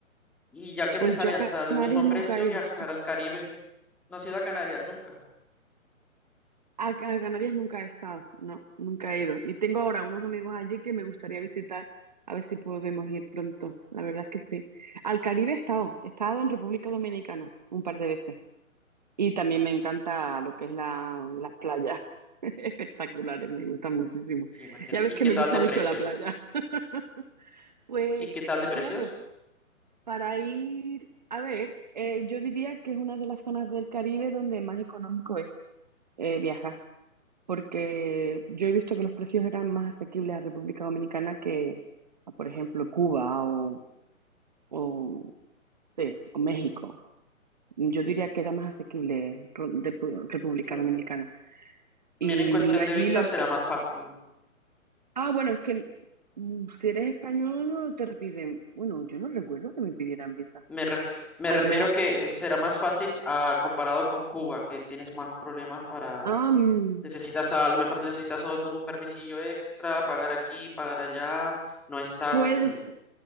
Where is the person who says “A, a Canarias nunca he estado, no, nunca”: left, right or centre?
Right